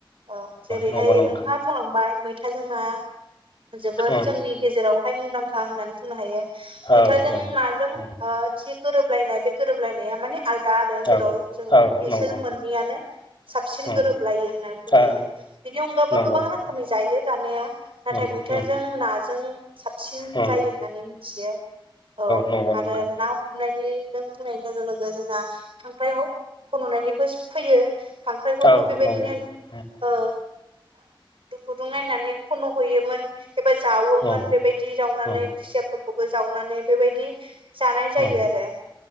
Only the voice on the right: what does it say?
औ जेरैहाय
नोंथाङा बुंलांबाय मैथाजों ना जोबोर
जोंनि गेजेरावहाय मुंदांखा होननानै बुंनो हायो।
मैथाजों
नाजों
ओ जि गोरोबलायनाय बे गोरोबलायनाया माने आलदा आरो
जेराव जों
बिसोर
मोननैयानो साबसिन
गोरोबलायो होननानै बुंजायो।
बिनि अनगाबो
गोबां
रोखोमै जायो जानाया नाथाय
मैथाजों
नाजों साबसिन
जायो होननानै मिथियो औ।
आरो ना हमनायनि बुंनाय लोगो लोगो जोंना खांख्राय खन'नायनिबो फैयो खांख्राइखौबो
बेबायदिनो
औ गुदुं नायनानै खन' हैयोमोन। एबा जावोमोन
बेबायदि जावनानै
खुसियाफोरखौबो जावनानै बेबायदि जानाय जायो
आरो